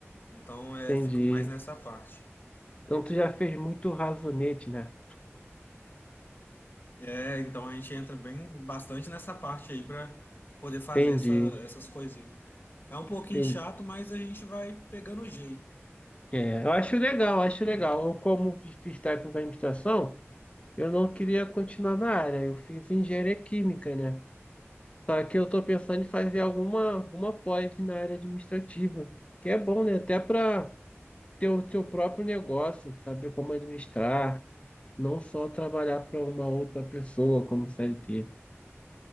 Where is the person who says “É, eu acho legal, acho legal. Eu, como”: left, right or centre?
Left